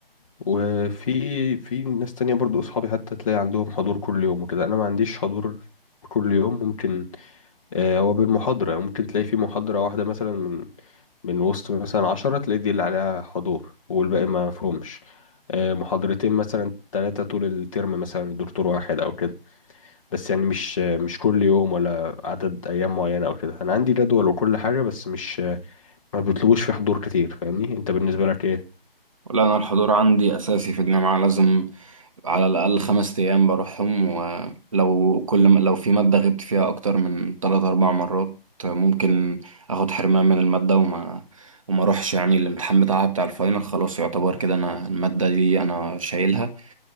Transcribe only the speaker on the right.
لا أنا الحضور عندي أساسي في الجامعة لازم على الأقل خمس أيام بروحهم ولو كل م- لو في مادة غبت فيها أكتر من تلات أربع مرات ممكن أخد حرمان من المادة وما وما أروحش يعني الامتحان بتاعها بتاع الفاينل خلاص يعتبر كده أنا المادة دي أنا شايلها